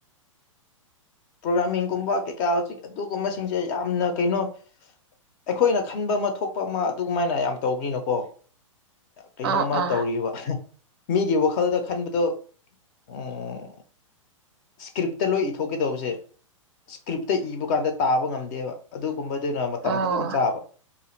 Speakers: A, on the left; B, on the right.
A: ꯄ꯭ꯔꯣꯒꯥꯃꯤꯡꯀꯨꯝꯕ ꯀꯩꯀꯥ ꯍꯧꯖꯤꯛ ꯑꯗꯨꯒꯨꯝꯕꯁꯤꯡꯁꯦ ꯌꯥꯝꯅ ꯀꯩꯅꯣ ꯑꯩꯈꯣꯏꯅ ꯈꯟꯕꯃ ꯊꯣꯛꯄ ꯑꯃ ꯑꯗꯨꯃꯥꯏꯅ ꯌꯥꯝ ꯇꯧꯕꯅꯤꯅꯀꯣ ꯀꯩꯅꯣꯝꯃ
B: ꯑꯣ ꯑꯣ
A: ꯇꯧꯔꯤꯕ ꯃꯤꯒꯤ ꯋꯥꯈꯜꯗ ꯈꯟꯕꯗꯣ ꯎꯝ ꯏꯁꯀ꯭ꯔꯤꯞꯇ ꯂꯣꯏ ꯏꯊꯣꯛ ꯀꯩꯇꯧꯕꯁꯦ ꯏꯁꯀ꯭ꯔꯤꯞꯇ ꯏꯕ ꯀꯥꯟꯗ ꯇꯥꯕ ꯉꯝꯗꯦꯕ ꯑꯗꯨꯒꯨꯝꯕꯗꯨꯅ ꯃꯇꯝ
B: ꯑꯣ
A: ꯐꯖꯅꯥ ꯆꯥꯕ